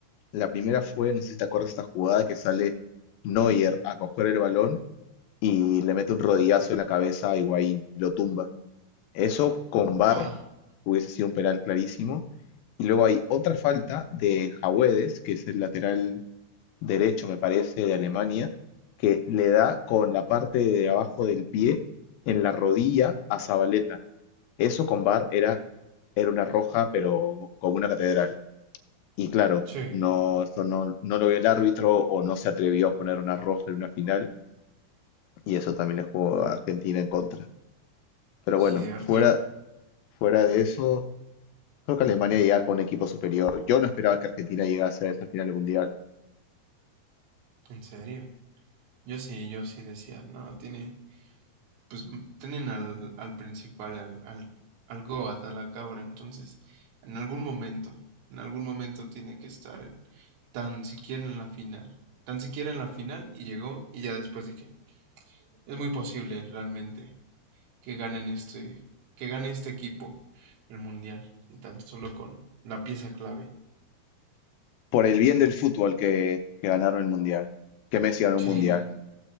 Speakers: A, on the left; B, on the right.
A: La primera fue, no sé si te acuerdas, de esta jugada que sale Neuer a coger el balón y le mete un rodillazo en la cabeza a Higuaín y lo tumba. Eso con VAR
B: Ah,
A: hubiese sido un penal clarísimo. Y luego hay otra falta de Jawedes, que es el lateral derecho, me parece, de Alemania, que le da con la parte de abajo del pie en la rodilla a Zabaleta. Eso con bar era, era una roja, pero como una catedral. Y claro,
B: sí,
A: no, eso no, no lo vio el árbitro o no se atrevió a poner una roja en una final y eso también le jugó a Argentina en contra. Pero
B: cierto,
A: bueno, fuera, fuera de eso, creo que Alemania llega con un equipo superior. Yo no esperaba que Argentina llegase a esa final del Mundial.
B: en serio. Yo sí, yo sí decía, no, tiene, pues m- tienen al, al principal, al, al, al Goat, a la cabra, entonces en algún momento, en algún momento tiene que estar en, tan siquiera en la final, tan siquiera en la final y llegó y ya después dije, es muy posible realmente que ganen este, que gane este equipo el mundial y tan solo con la pieza clave.
A: Por el bien del fútbol que, que ganaron el Mundial, que Messi ganó
B: Sí,
A: un Mundial.